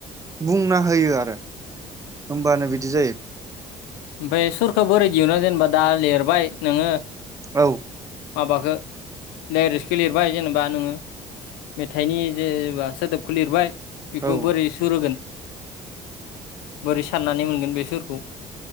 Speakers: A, on the right; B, on the left.
A: बुंना होयो आरो होमबानो
B: उम
A: बिदि जायो
B: ओमफाय सुरखौ बोरै दिहुनो जेनेबा दा लिरबाय नोङो
A: औ
B: माबाखो डाइरेक्टखो लिरबाय जेनेबा नोङो मेथाइनि जेबा सोदोबखौ लिरबाय बेखौ
A: औ
B: बोरै सुरहोगोन बोरै साननानै मोनगोन बे सुरखौ